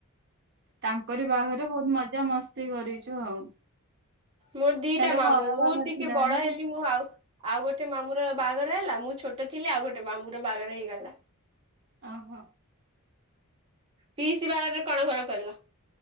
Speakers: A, on the right; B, on the right.
A: ତାଙ୍କରି ବାଘରେ ବହୁତ ମଜା ମସ୍ତି କରିଚୁ ଆଉ।
B: ମୋର୍ ଦିଟା
A: ତାପରେ
B: ମାମୁଁ
A: ଘର
B: ମୁଁ
A: ବାହାଘର
B: ଟିକେ
A: ଥିଲା
B: ବଡ
A: ନା
B: ହେଲି ମୁଁ ଆଉ ଆଉ ଗୋଟେ ମାମୁଁ ର ବାଘର ହେଲା ମୁଁ ଛୋଟ ଥିଲି ଆଉ ଗୋଟେ ମାମୁଁ ର ବାଘର ହେଇଗଲା।
A: ଅହ।
B: ପିଇସି ବାହାଘରେ କଣ କଣ କଲ?